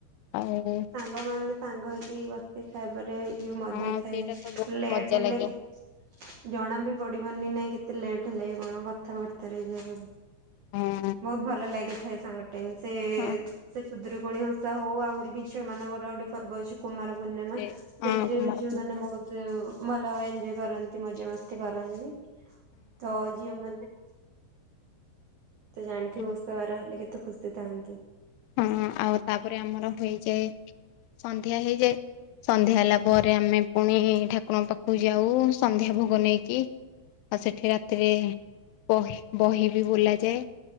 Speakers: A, on the left; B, on the right.
A: ଆଉ
B: ସାଙ୍ଗ ମାନ ସାଙ୍ଗ ହେଇକି ବସି ଖାଇବାରେ ଯୋଉ ମଜା
A: ହଁ
B: ଥାଏ
A: ସେଇଟା ତ ବହୁତ
B: ଲେଟ
A: ମଜା
B: ହେଲେ
A: ଲାଗେ
B: କି ଜଣା ବି ପଡିବନି ନାଇଁ କେତେ ଲେଟ୍ ହେଲା କି କଣ କଥାବାର୍ତ୍ତାରେ <unintelligible>
A: ହଁ
B: ବହୁତ ଭଲ ଲାଗିଥାଏ ସାଙ୍ଗ ଟାଇମ୍ ସେ
A: ହଁ
B: ସେ ଖୁଦୁରୁକୁଣୀ ଓଷା ହଉ ଆହୁରି ବି ଝିଅ ମାନଙ୍କର ଗୋଟେ ପର୍ବ ଅଛି। କୁମାର ପୂର୍ଣ୍ଣିମା
A: ସେ
B: ସେଥିରେ
A: ହଁ କୁମାର
B: ବି ଯୋଉମାନେ
A: ପୂର୍ଣ୍ଣିମା
B: ବହୁତୁ କୁ ଭଲ ଏଞଜୟ କରନ୍ତି ମଜା ମସ୍ତି କରନ୍ତି ତ ଝିଅମାନେ ତ ଜାଣିଥିବ
A: ହଁ
B: ଓଷା ବାର ହେଲେ କେତେ ଖୁସି ଥାନ୍ତି।
A: ହଁ ଆଉ ତାପରେ ଆମର ହୋଇଯାଏ ସନ୍ଧ୍ୟା ହେଇଯାଏ। ସନ୍ଧ୍ୟା ହେଲା ପରେ ଆମେ ପୁଣି ଠାକୁରଙ୍କ ପାଖକୁ ଯାଉ ସନ୍ଧ୍ୟା ଭୋଗ ନେଇକି। ଆଉ ସେଠି ରାତିରେ ପହି ବହି ବି ବୋଲାଯାଏ।